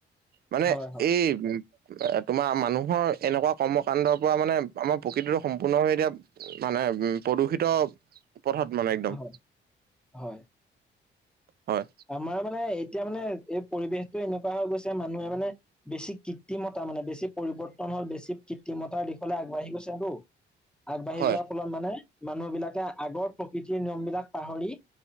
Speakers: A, on the right; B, in the centre.
A: মানে
B: হয় হয়
A: এই উ এ তোমাৰ মানুহৰ এনেকুৱা কৰ্ম কাণ্ডৰ পৰা মানে আমাৰ প্ৰকৃতিতটো সম্পূৰ্ণভাৱে এতিয়া। মানে উ প্ৰদূষিত পথত মানে একদম
B: হয় হয়।
A: হয়।
B: আমাৰ মানে এতিয়া মানে এই পৰিৱেশটো এনেকুৱা হৈ গৈছে মানুহে মানে বেছি কৃত্ৰিমতা মানে বেছি পৰিৱৰ্তন হ'ল বেছি কৃত্ৰিমতাৰ দিশলৈ আগবাঢ়ি গৈছে তো আগবাঢ়ি
A: হয়,
B: যোৱাৰ ফলত মানে মানুহবিলাকে আগৰ প্ৰকৃতিৰ নিয়ম বিলাক পাহৰি।